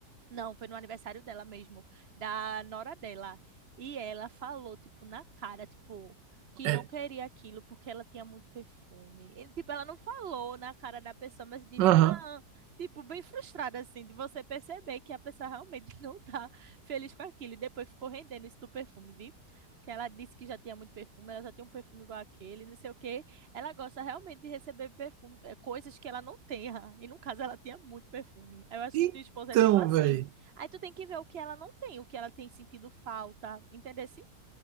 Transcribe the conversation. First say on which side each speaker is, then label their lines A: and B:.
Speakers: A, on the right; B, on the right.
A: não, foi no aniversário dela mesmo, da nora dela. E ela falou, tipo, na cara, tipo, que
B: É.
A: não queria aquilo porque ela tinha muito perfume. E, tipo, ela não falou na cara da pessoa, mas disse,
B: Aham.
A: ah, tipo, bem frustrada, assim, de você perceber que a pessoa realmente <laughs> não tá feliz com aquilo. E depois ficou rendendo isso do perfume, viu? Porque ela disse que já tinha muito perfume, ela já tem um perfume igual aquele, não sei o quê. Ela gosta realmente de receber perfume, eh, coisas que ela não tenha. E no caso, ela tinha muito perfume. Eu acho
B: Então,
A: que tua esposa é tipo assim.
B: velho.
A: Aí tu tem que ver o que ela não tem, o que ela tem sentido falta. Entendeu? <laughs>